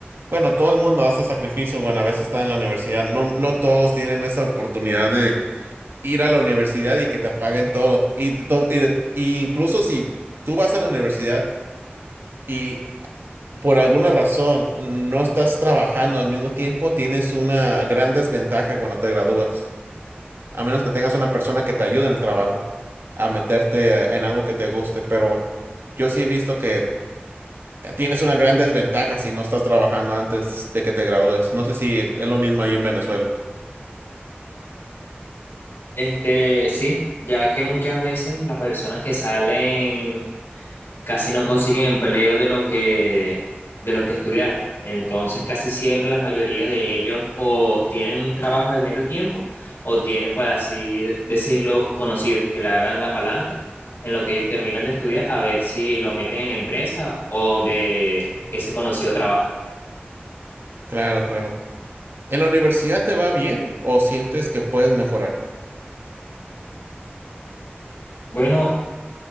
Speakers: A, on the right; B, on the left.
A: Bueno, todo el mundo hace sacrificios, bueno, a veces está en la universidad. No, no todos tienen esa oportunidad de ir a la universidad y que te paguen todo. Y, de to- y de- y incluso si tú vas a la universidad y por alguna razón no estás trabajando al mismo tiempo, tienes una gran desventaja cuando te gradúas. A menos que tengas una persona que te ayude en el trabajo a meterte eh, en algo que te guste. Pero yo sí he visto que Tienes una gran desventaja si no estás trabajando antes de que te gradúes. No sé si es lo mismo ahí en Venezuela.
B: Este, sí, ya que muchas veces las personas que salen casi no consiguen empleo de lo que, de lo que estudiaron. Entonces, casi siempre las mayorías de ellos o tienen un trabajo de medio tiempo o tienen, para así decirlo, conocidos que le hagan la palanca en lo que ellos terminan de estudiar a ver si lo meten en la empresa o donde ese conocido trabaja.
A: Claro, claro. ¿En la universidad te va bien o sientes que puedes mejorar?
B: Bueno,